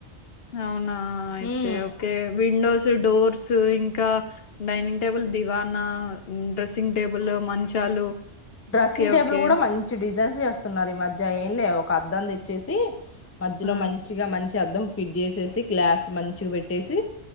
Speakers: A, on the left; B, on the left.
A: అవునా అయితే
B: ఉమ్
A: ఓకే విండోస్ డోర్స్ ఇంకా డైనింగ్ టేబుల్ దివానా డ్రెస్సింగ్ టేబుల్ మంచాలు
B: Dressing
A: ఓకే.
B: table
A: okay.
B: కూడా మంచి డి జైన్స్ చేస్తున్నారు ఈ మధ్య ఏం లే ఒక అద్దం తెచ్చేసి మధ్యలో
A: ఆ!
B: మంచిగా మంచ్ అద్దం ఫిట్ చేసేసి గ్లాస్ మంచిగా పెట్టేసి